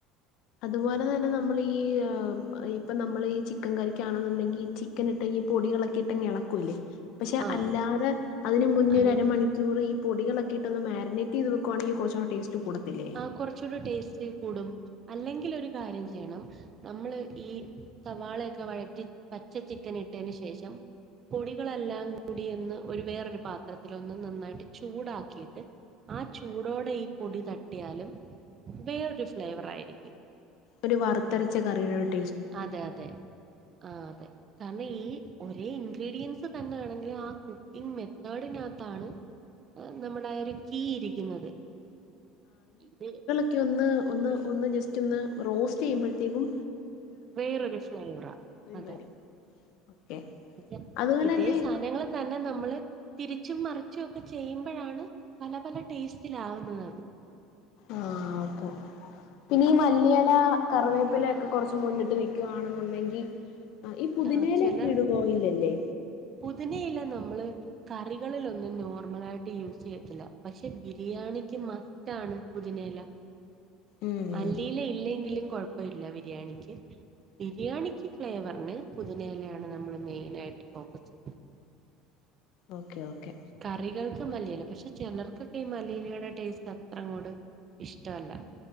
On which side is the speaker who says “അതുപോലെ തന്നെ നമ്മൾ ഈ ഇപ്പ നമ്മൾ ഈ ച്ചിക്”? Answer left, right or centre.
Left